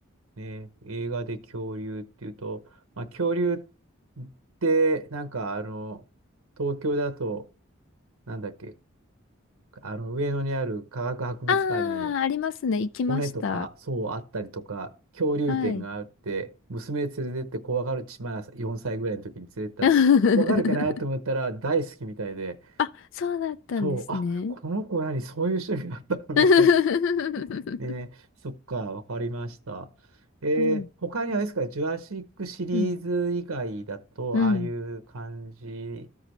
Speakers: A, on the right (about 80°); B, on the left (about 60°).
A: う、ね、映画で恐竜っていうと、まあ、恐竜って、なんかあの、東京だと、なんだっけ、あの、上野にある科学博物館に、
B: ああ、ありますね。行きました。
A: 骨とか、そうあったりとか、恐竜展があって、
B: はい。
A: 娘連れてって怖がるち、まだ4歳ぐらいの時に連れてったら、
B: <laughs>
A: 怖がるかなと思ったら大好きみたいで、
B: あ、そうだったんですね。
A: そう、あ、この子何、そういう趣味だったの <laughs> みたいな。
B: <laughs>
A: <laughs> ね、そっか、わかりました。えー他にはあれですか、
B: うん。
A: ジュラシックシリーズ以外だと、
B: うん。うん。
A: ああいう感じ